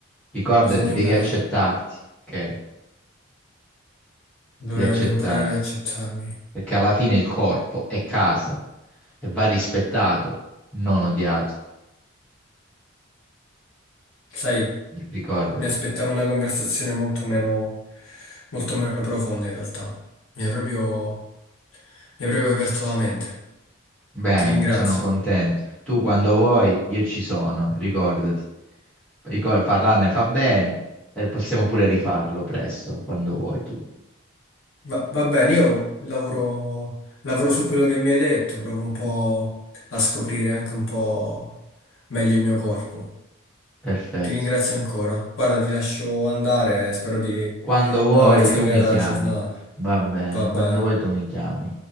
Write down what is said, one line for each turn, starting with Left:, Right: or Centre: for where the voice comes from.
Centre: ricordati,
Left: bisogna
Centre: devi
Left: imparare,
Centre: accettarti, ok?
Left: dovrei
Centre: Devi accettarti.
Left: devo imparare ad accettarmi.
Centre: Perché alla fine il corpo è casa e va rispettato, non odiato.
Left: Sai,
Centre: Ricordati.
Left: mi aspettavo una conversazione molto meno, molto meno profonda in realtà. Mi hai proprio, mi hai proprio aperto la mente.
Centre: Bene,
Left: Ti ringrazio.
Centre: sono contento. Tu quando vuoi, io ci sono, ricordati. Ricor- parlarne fa bene e possiamo pure rifarlo presto, quando vuoi tu.
Left: Ma va bene, io lavoro, lavoro su quello che mi hai detto, provo un po' a scoprire anche un po' meglio il mio corpo.
Centre: Perfetto.
Left: Ti ringrazio ancora. Guarda, ti lascio andare, spero di
Centre: Quando vuoi
Left: non averti
Centre: tu
Left: rovinato
Centre: mi chiami.
Left: la giornata.
Centre: Va bene,
Left: Va
Centre: quando
Left: bene.
Centre: vuoi tu mi chiami.